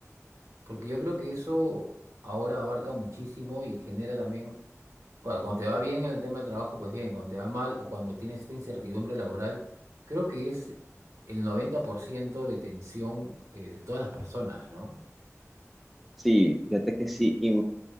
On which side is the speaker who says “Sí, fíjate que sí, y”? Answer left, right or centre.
Centre